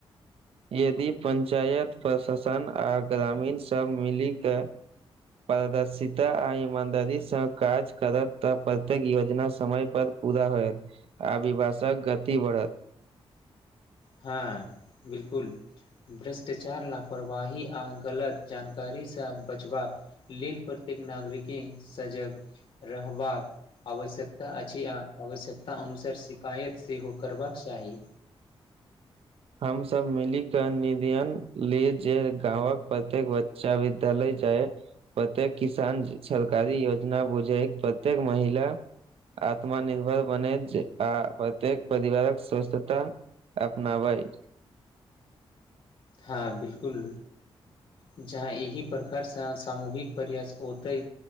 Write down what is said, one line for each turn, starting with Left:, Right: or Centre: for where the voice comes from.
Right: यदि पंचायत प्रशासन आ ग्रामीण सब मिली क पारदर्शिता आ ईमानदारी सँ काज करत तऽ प्रत्येक योजना समय पर पूरा होयत आ विकासक गति बढ़त
Left: हाँ बिल्कुल भ्रष्टाचार लापरवाही आ गलत जानकारीसँ बचबाक लेल प्रत्येक नागरिके सजग रहबाक आवश्यकता अछि आ आवश्यकता अनुसार शिकायत सेहो करबाक चाही
Right: हमसभ मिली कऽ निदन ले जे गाँवक प्रत्येक बच्चा विद्यालय जाय प्रत्येक किसान सरकारी योजना बुझै प्रत्येक महिला आत्मनिर्भर बने छै आ प्रत्येक परिवारक स्वस्थता अपनाबय
Left: हाँ बिल्कुल जहाँ एहि प्रकार सँ सामूहिक प्रयास होतै